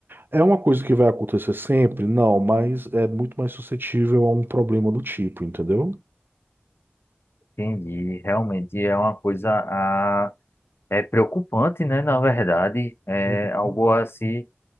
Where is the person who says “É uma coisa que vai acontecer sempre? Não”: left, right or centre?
Right